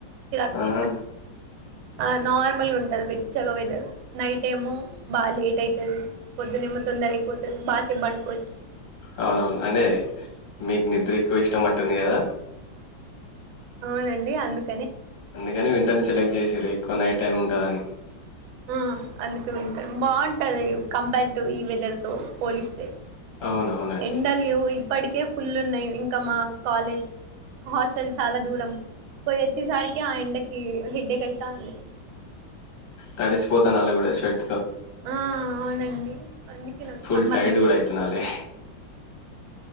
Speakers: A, on the right; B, on the left.
A: చిరాకి
B: ఆహా!
A: ఆ నార్మల్గుంటది వె చ్చగ వెదర్ నైట్ ఏమో బా లేట్ అయితాది పొద్దునేేమో తొందర అయిపోతది బాసేపు పండుకోవచ్చు
B: అవునవును. అంటే మీకు నిద్రెక్ క్కువిష్టమన్ ట్టింది కదా
A: అవునండి అందుక్
B: అందుకని వింటర్ని సెలెక్ట్ చేసారు. ఎక్కువ నైట్ టైం ఉంటదని.
A: ఆ అందుకు వింటర్ బాగుంటది కంపేర్ టు ఈ వెదర్ తో పోలిస్తే
B: అవునవునండి.
A: ఎండలు ఇప్పటికే ఫుల్లున్నాయి ఇంకా మా కాలేజ్ హాస్టల్ చాలా దూరం పోయి వచ్చేసరికి ఆ ఎండకి హెడ్డేక్ అయితాంది.
B: తడిచిపోతనాల కూడా స్వెట్
A: ఆ అవునండి అందుకె నాకు
B: ఫుల్
A: సమ్మర్
B: టైర్డ్
A: నచ్చదు.
B: గూడా అయితున్నాలే.